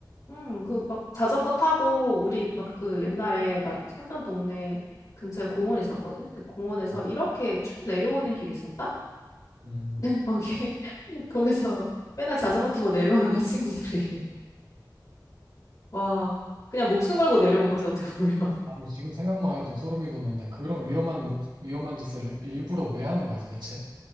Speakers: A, on the left; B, on the right.
A: 음, 그 막 자전거 타고 우리 막 그 옛날에 나 살던 동네 근처에 공원 있었거든. 근데 공원에서
B: 음.
A: 이렇게 쭉 내려오는 길이 있었다.
B: 음.
A: <laughs> 거기 거기서 맨날 자전거 타고 내려오는 건 친구들이 <laughs> 와 그냥 목숨 걸고 내려온 거지 어떻게 보면 <laughs>
B: 아니, 지금 생각만 해도 소름이 돋는데 그런 위험한, 목- 위험한 짓을 일부러 왜 하는 거야, 도대체?